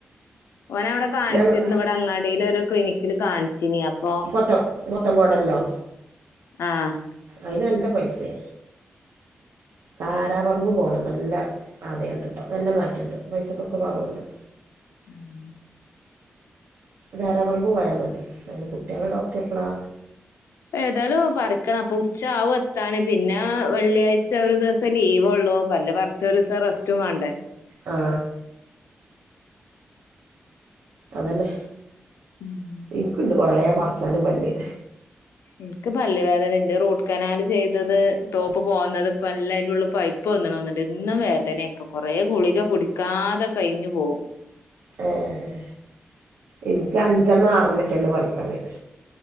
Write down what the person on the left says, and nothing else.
ഓന അവിടെ കാണിച്ചിരുന്നുവിടെ
അങ്ങാടിൽ ഒരു ക്ലിനിക്കില് കാണിച്ചിന അപ്പൊ
ആഹ്
ഉം
ഏതായാലും പറിക്കണം അപ്പൊ ഉച്ച ആവും എത്താാന് പിന്നെ വെള്ളിയാഴ്ച ഇച്ച് ഒരു ദിവസം ലീവ്ള്ളൂ പല്ലേ പറച്ച ഒരു ദിവസം റസ്റ്റും വേണ്ടേ
ഉം
ഉം പല് വേദനുണ്ട് റൂട്ട് കനാൽ ചെയ്തത് ടോപ്പ് പോകുന്നത് ഇപ്പ എല്ല അന്റെ ഉള്ള പൈപ്പ് വന്ന് തോന്ന് ണ്ട് എന്നും വേദന ഇപ്പൊ കൊറെ ഗുളിക കുടിക്കാതെ കഴിഞ്ഞു പോവും